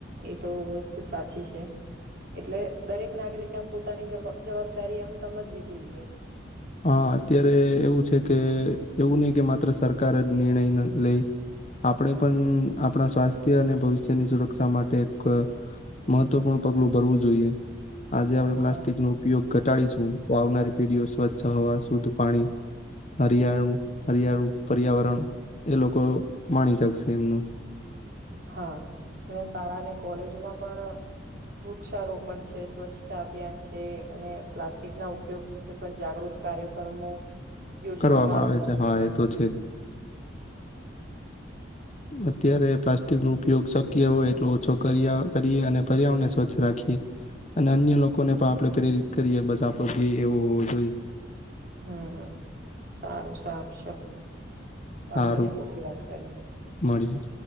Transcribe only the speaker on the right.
એ તો વસ્તુ સાચી છે, એટલે દરેક નાગરિક મ પોતાની જવાબદારી, એમ સમજવી જોઈએ.
હા
હા, અને શાળા, અને કોલેજોમા પણ વૃક્ષારોપણ છે. સ્વચ્છતા અભિયાન છે, અને પ્લાસ્ટિક ના ઉપયોગ વિશે પણ જાગૃત કાર્યક્રમો યોજવામા,
આવતા
હોય
છે.
હમ સારુ, સારુ છે. વાંધો,
ને પોખ વાત કરી